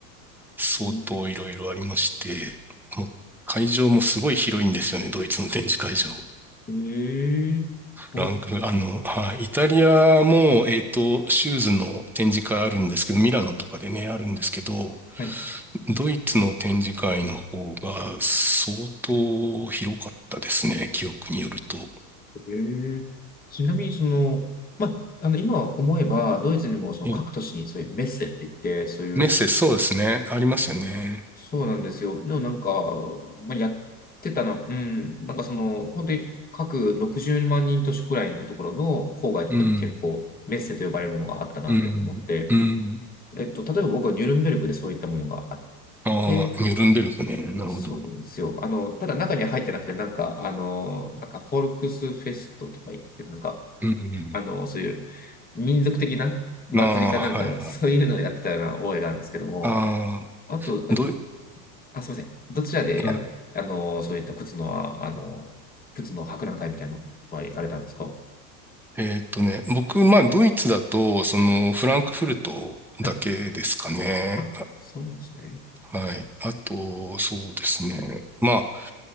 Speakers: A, in the centre; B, on the left.
A: 相当いろいろありまして、
B: うん
A: もう会場もすごい広いんですよね、ドイツの展示会場。
B: えーえ、そうなんですね。
A: ランク、あの、はい、イタリアも、えっと、シューズの展示会あるんですけど、ミラノとかでね、あるんですけど、
B: はい。
A: ドイツの展示会の方が相当広かったですね、記憶によると。
B: ええ、ちなみに、その、ま、あの、今思えば、ドイツにも、その各都市にそういうメッセって言って、
A: え
B: そういう、
A: メッセ、そうですね、ありますよね。
B: そうなんですよ。でもなんか、まあ、やってたな、うん、なんかその、本当に各60万人都市くらいのところの郊外とかに結構メッセと呼ばれるものがあったなって思って、
A: うん、うん、うん。
B: えっと、例えば僕はニュルンベルクでそういったものがあっ
A: ああ、
B: て、
A: ニュルンベルクね、なるほど。
B: そうなんですよ。あの、ただ中には入ってなくて、なんか、あの、なんかフォルクスフェストとか言って、なんか、
A: うん、
B: あの、そういう民族的な祭りかなんかの、
A: ああ、はいはい。
B: そういうのをやってたような覚えがあるんですけども、
A: ああ、
B: あと、
A: どイ、
B: あ、すいません。どちらでやる、
A: まあ
B: あの、そういった靴のは、あの、靴の博覧会みたいなのは行かれたんですか
A: えーっとね、僕、まあ、ドイツだと、その、フランクフルトだけですかね。
B: はい。あ、そうなんですね。
A: あはい。あと、そうですね。ま